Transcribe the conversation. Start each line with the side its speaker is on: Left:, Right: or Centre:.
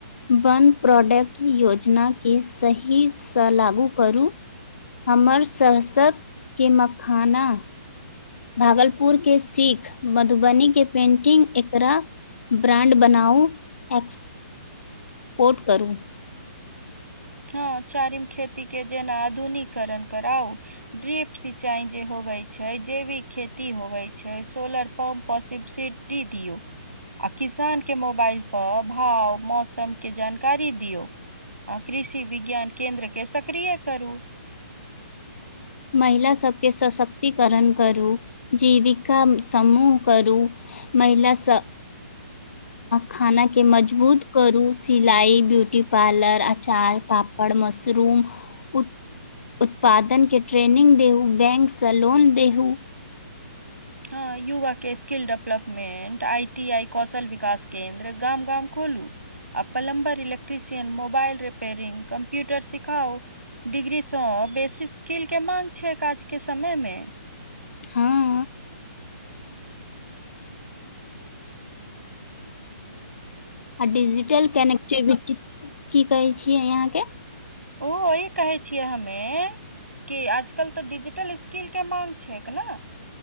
Left: बन प्रोडक्ट योजना केँ सही सँ लागू करू हमर सहसकके मखाना भागलपुर के सीख मधुबनी के पेन्टिंग एकरा ब्रांड बनाउ एक्स पोट करू
Right: हँ चारिम खेती के जेना आधुनिकरण करउ। ड्रिप सिंचाई जे होबै छै जे भी खेती होबै छै सोलर पम्पसिप सिडी दिऔ आ किसान के मोबाइल पर भाव मौसम के जानकारी दियौ आ कृषि विज्ञान केन्द्रके सक्रिय करू
Left: महिला सबकेँ सशक्तिकरण करू जीविका समूह करू महिला सब खानाके मजबूत करू सिलाइ ब्यूटी पार्लर अचार बर मशरूम उत उत्पादन के ट्रेनिंग देहू बैंक से लोन देहू
Right: हँ युवा के स्किल डेवलपमेंट आई इ आइ कौशल विकास केंन्द्र गाम गाम खोलू आ plumber electrician mobile repairing computer सिखाओ डिग्रीसँ बेसी स्किल मांग छै काजक समयमे
Left: हँ आ डिजिटल कनेक्टिविटी की कहै छीयै अहाँ के
Right: ओ वही कहे छियै हमे कि आजकल तऽ डिजिटल कीलके माँग छैक ने